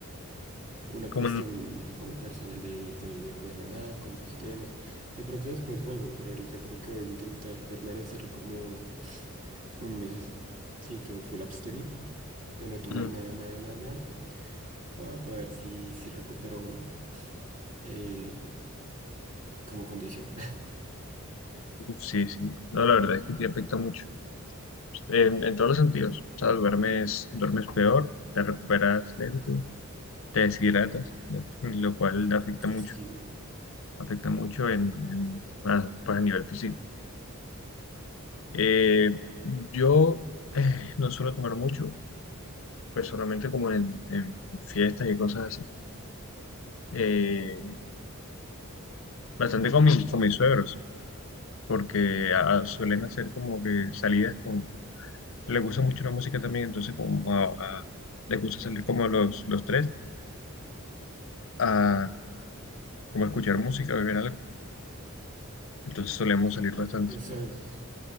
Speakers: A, on the right (about 35°); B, on the left (about 60°).
A: una
B: Como
A: cuestión como personal de, de- de cuidarme más con esos temas. De pronto después vuelvo, pero ahorita como que voy a intentar permanecer como un mesecito full abstemio, de no tomar
B: en-
A: nada, nada, nada, nada, para ver si, si recupero eh, como condición. <laughs>
B: Sí, sí. No, la verdad es que sí afecta mucho. En, en todos los sentidos. O sea, duermes, duermes peor, te recuperas lento, te deshidratas, lo, lo cual te afecta mucho.
A: Sí, no.
B: Afecta mucho en, en- a, pues a nivel físico. Eh, yo eh, no suelo tomar mucho, pues solamente como en, en fiestas y cosas así. Eh, bastante con, mis- con mis suegros, porque ah, suelen hacer como que salidas le gusta mucho la música también, entonces como a, a- le gusta salir como a los, los tres, a como a escuchar música, a beber algo. Entonces solemos salir bastante.
A: Tú ¿Sabes?